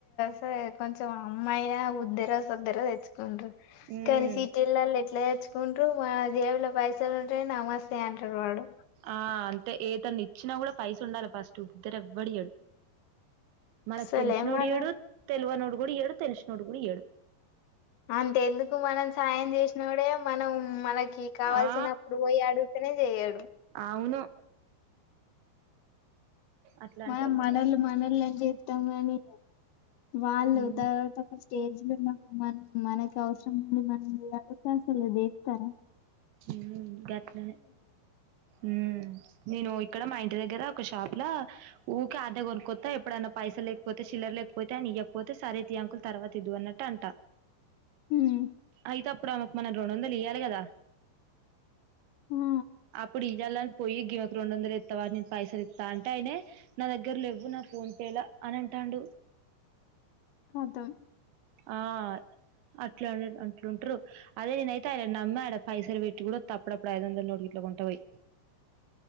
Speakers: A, on the left (about 75°); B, on the right (about 80°).
A: సరే కొంచెం అమ్మాయినా ఉద్దరో సద్దరో తెచ్చుకుండ్రు
B: ఉమ్
A: కానీ సీటీలల్ల ఎట్ల తెచ్ కుంట్రు మా జేబుల పైసలు ఉంటే నమస్తే అంటారు వాడు
B: ఆ అంటే ఏతన్ని ఇచ్చినా కూడా పైస ఉండాలి ఫస్ట్ ఇత్తరు ఎవ్వడియడు మనకు
A: అసలే
B: తెలిసినోడు
A: మనం
B: ఇయడు తెల్వ నోడు వొడి యడు తెల్సి నోడు గుడ ఇయడు
A: అంటే ఎందుకు మనం సాయం చేసినోడే మనం మనకి కావల్సినప్పుడు
B: ఆ
A: పోయి అడుగుతనే చేయడు
B: అవును అట్లాంటోళ్ళు
A: మనం మనోలు
B: ఉన్నారు
A: మనోలు అని చెత్తం కని వాళ్ళు
B: ఉమ్
A: తర్వాత ఒక స్టేజ్ లున్న మనం మనకి అవసరం ఉంది మనం పోయి అడిగితే అసలు డెక్తర
B: ఉ గట్లనే ఉ నేను ఇక్కడ మా ఇంటి దగ్గర ఒక షాప్ ల ఊకే ఆడనే కొనుక్కత ఎప్పుడన్న పైసల్ లేకపోతే చిల్లర్ లేకపోతే ఆయనే ఇయ్యకపోతే సరేతి అంకుల్ తర్వాత ఇదువు అన్నట్టు అంట
A: హ్మ్
B: అయితే అప్పుడు ఆమెకు మనం రెండు వందల్ లియాలే కదా
A: ఆ
B: అప్పుడు ఇయ్యాలని పోయి గీమేకు రెండు వందలు ఎత్తావా నేను పైసలు ఇత్త అంటే అయినే నా దగ్గర లేవు నా ఫోన్ పే అని అంటాడు
A: కతం
B: ఆ అట్లా అట్లుంటారు అదే నేనయితే ఆయనను నమ్మి ఆడ పైసల్ వేట్టి కూడా వత్త అప్పుడప్పుడు ఐదొందల నోటుగిట్ల కొంట వోయి